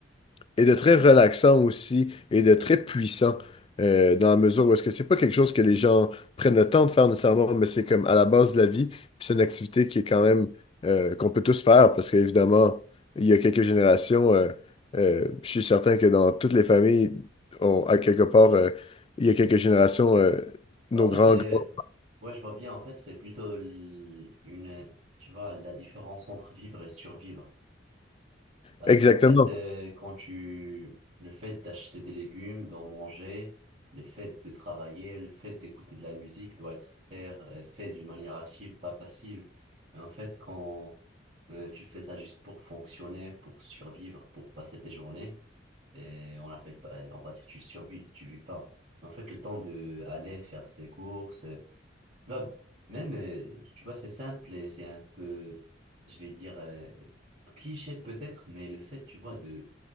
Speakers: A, on the left; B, on the right.
A: et de très relaxant aussi et de très puissant euh, dans la mesure où est-ce que c'est pas quelque chose que les gens prennent le temps de faire nécessairement, mais c'est comme à la base de la vie, puis c'est une activité qui est quand même euh, qu'on peut tous faire parce qu'évidemment, il y a quelques générations, euh, euh, je suis certain que dans toutes les familles, on, à quelque part, euh, il y a quelques générations, euh, nos
B: Bah, en fait,
A: grands,
B: euh,
A: grands.
B: ouais, je vois bien, en fait, c'est plutôt l- une, tu vois, la différence entre vivre et survivre. Parce
A: Exactement.
B: qu'en fait, euh, quand tu, le fait d'acheter des légumes, d'en manger, le fait de travailler, le fait d'écouter de la musique doit être faire, euh, fait d'une manière active, pas passive. Et en fait, quand euh, tu fais ça juste pour fonctionner, pour survivre, pour passer tes journées, Et on l'appelle pas, on va dire tu survis, tu vis pas. Mais en fait, le temps de aller faire ses courses, euh, tu vois, même, euh, tu vois, c'est simple et c'est un peu, je vais dire, euh, cliché peut-être, mais le fait, tu vois, de